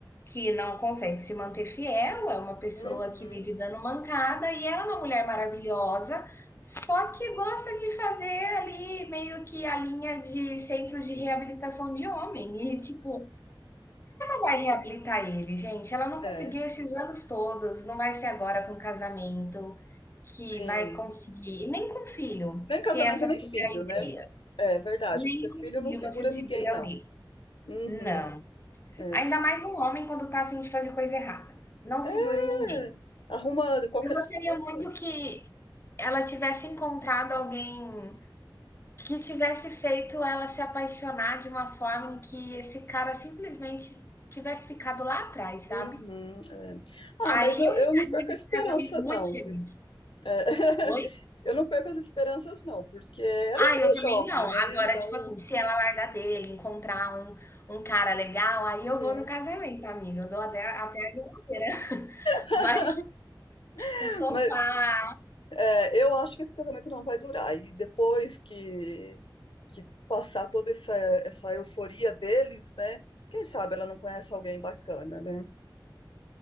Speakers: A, on the left (about 30°); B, on the left (about 80°).
A: que não consegue se manter fiel, é uma pessoa
B: Uhum,
A: que vive dando mancada e ela é uma mulher maravilhosa, só que gosta de fazer ali meio que a linha de centro de reabilitação de homem. E tipo, vai reabilitar ele, gente. Ela não
B: é,
A: conseguiu esses anos todos, não vai ser agora com casamento que
B: sim.
A: vai conseguir, e nem com filho,
B: Nem
A: se
B: casamento,
A: essa
B: nem
A: foi
B: filho,
A: a
B: né?
A: ideia.
B: É verdade,
A: Nem
B: porque
A: com
B: filho
A: filho
B: não segura
A: você segura
B: ninguém, não.
A: alguém.
B: Uhum,
A: Não.
B: é.
A: Ainda mais um homem quando tá a fim de fazer coisa errada. Não segura
B: É,
A: ninguém.
B: arruma qualquer
A: Eu gostaria
B: desculpa.
A: muito que ela tivesse encontrado alguém que tivesse feito ela se apaixonar de uma forma em que esse cara simplesmente tivesse ficado lá atrás, sabe?
B: Uhum, é. Ah,
A: Aí
B: mas eu,
A: eu
B: eu
A: estaria
B: não perco
A: nesse
B: a esperança
A: casamento muito
B: não,
A: feliz.
B: viu? É. <laughs>
A: Oi?
B: Eu não perco as esperanças não, porque ela
A: Ah,
B: ainda
A: eu
B: é
A: também
B: jovem,
A: não.
B: né?
A: Agora,
B: Então,
A: tipo assim, se ela largar dele, encontrar um, um cara legal, aí
B: uhum.
A: eu vou no casamento, amiga. Eu dou até, até a geladeira. <laughs>
B: <laughs>
A: Mas o sofá.
B: Mas é, eu acho que esse casamento não vai durar. E depois que, que passar toda essa, essa euforia deles, né? Quem sabe ela não conhece alguém bacana, né?